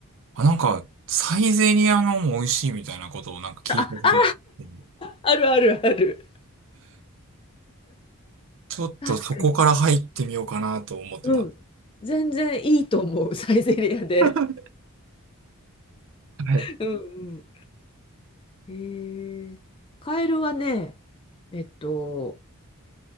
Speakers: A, on the right; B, on the left.
A: あ、なんか、サイゼリアのも美味しいみたいなことをなんか聞いたことがあって、
B: あ、あるあるある。
A: ちょっとそこから入ってみようかなと思ってます。
B: 確かに。うん。全然いいと思う、<laughs> サイゼリアで。
A: <laughs> はい。
B: うんうん。へえ。カエルはね、えっと、